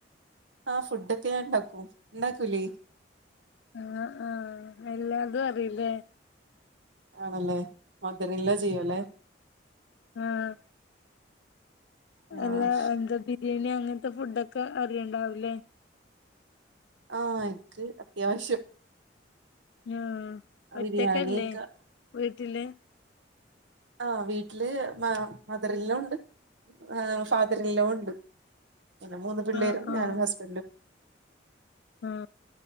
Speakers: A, on the right (about 75°); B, on the left (about 65°).
A: ആഹ് ഫുഡൊക്കെ ഞാൻ ഉണ്ടാക്കും ഉണ്ടാക്കൂലേ
B: ആ ആ എല്ലാതും അറിയില്ലേ
A: ആണല്ലേ മധുരിലെ ചെയ്യുവല്ലേ
B: ആഹ്
A: ആഹ്
B: അല്ല എന്താ ബിരിയാണി അങ്ങനത്തെ ഫുഡോക്കെ അറിയണ്ടാവില്ലേ
A: ആ എനിക്ക് അത്യാവശ്യം
B: ആ ഒറ്റക്കല്ലേ
A: ബിരിയാണിയൊക്കെ
B: വീട്ടില്
A: ആ വീട്ടില് മ മദർ ഇൻ ലോ ഉണ്ട് ഏഹ് ഫാദർ ഇൻ ലോ ഉണ്ട് പിന്നെ മൂന്ന് പിള്ളേരും
B: ആ ആ
A: ഞാനും ഹസ്‌ബൻഡും
B: ആ